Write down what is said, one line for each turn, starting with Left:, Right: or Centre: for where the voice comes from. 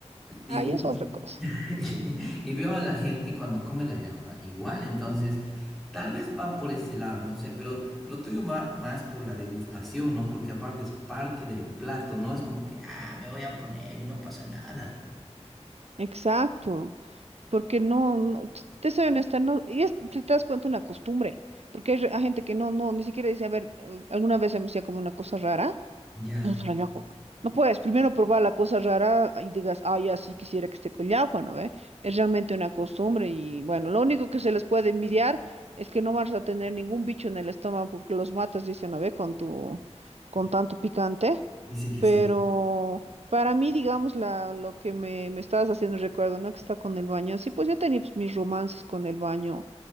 Centre: igual,
Right: Ahí es otra cosa.
Centre: <laughs> y veo a la gente cuando come la llajua, igual, entonces, tal vez va por ese lado, no sé, pero lo tuyo va más por la degustación, ¿no? Porque aparte es parte del plato, ¿no? Es como que, ah, me voy a poner y no pasa nada.
Right: Exacto. Porque no, no, t- te soy honesta, no, y es, si te das cuenta una costumbre, porque hay, re- hay gente que no, no, ni siquiera dice, a ver, eh, alguna vez se me hacía como una cosa rara,
Centre: Ya,
Right: No solo el agua. No puedes primero probar la cosa rara y digas, ah, ya sí quisiera que esté con agua, ¿no ve? Es realmente una costumbre y bueno, lo único que se les puede envidiar es que no vas a tener ningún bicho en el estómago porque los matas, dicen, ¿no ve? Con tu, con tanto picante.
Centre: dice que
Right: Pero
Centre: sí.
Right: para mí, digamos, la, lo que me, me estabas haciendo recuerdo, ¿no? Que está con el baño. Sí, pues yo tenía pues, mis romances con el baño